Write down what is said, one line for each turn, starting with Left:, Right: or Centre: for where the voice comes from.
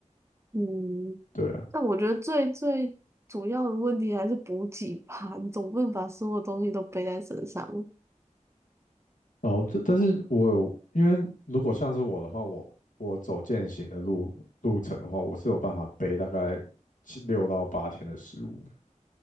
Right: 嗯，
Left: 对啊。
Right: 但我觉得最最主要的问题还是补给吧，你总不能把所有东西都背在身上。
Left: 哦，这但是我有因为如果像是我的话，我我走践行的路路程的话，我是有办法背大概七六到八天的食物的，